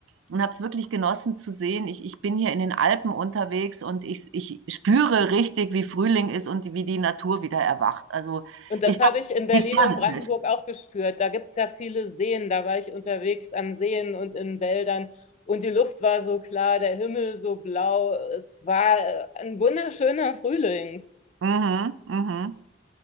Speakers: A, on the right; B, on the left.
A: und habe es wirklich genossen zu sehen. Ich, ich bin hier in den Alpen unterwegs und ich, ich spüre richtig, wie Frühling ist und wie die Natur wieder erwacht. Also
B: Und das
A: ich
B: habe
A: fand
B: ich
A: es
B: in Berlin
A: gigantisch.
B: und Brandenburg auch gespürt. Da gibt es ja viele Seen. Da war ich unterwegs an Seen und in Wäldern. Und die Luft war so klar, der Himmel so blau. Es war äh, ein wunderschöner Frühling.
A: Mhm, mhm.